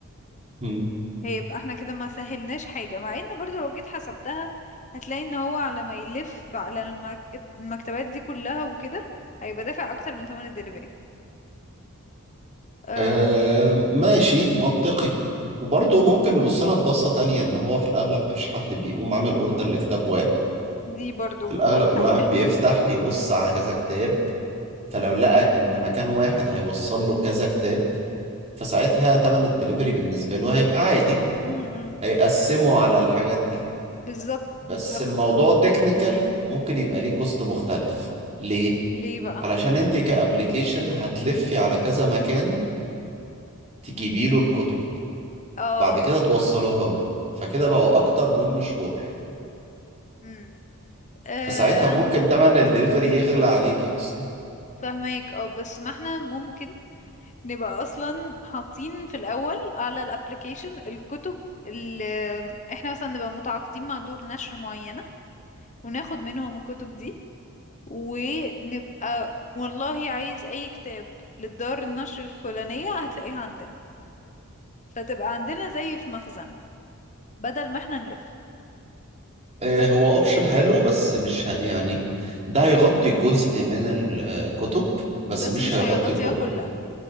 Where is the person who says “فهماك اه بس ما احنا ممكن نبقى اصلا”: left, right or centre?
Left